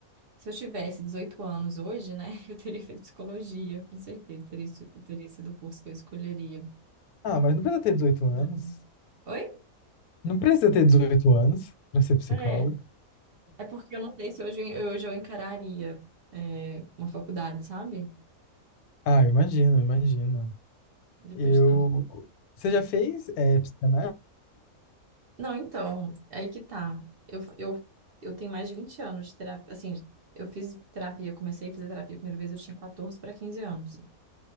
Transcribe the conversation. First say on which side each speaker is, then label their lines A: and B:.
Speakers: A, on the right; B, on the left.
A: se eu tivesse 18 anos hoje, né, <laughs> eu teria feito psicologia, com certeza. Teria, sido- teria sido o curso que eu escolheria.
B: Ah, mas não precisa ter 18 anos.
A: Hum. Oi?
B: Não precisa ter 18 anos pra ser psicólogo.
A: É. É porque eu não sei se hoje, eu- hoje eu encararia, é, uma faculdade, sabe?
B: Ah, eu imagino, eu imagino.
A: Depois
B: Eu...
A: de tanto.
B: Você já fez é, psicanálise?
A: Não, então, aí que tá. Eu, eu, eu tenho mais de 20 anos de terapia. Assim, eu fiz terapia, eu comecei a fazer terapia a primeira vez, eu tinha 14 para 15 anos.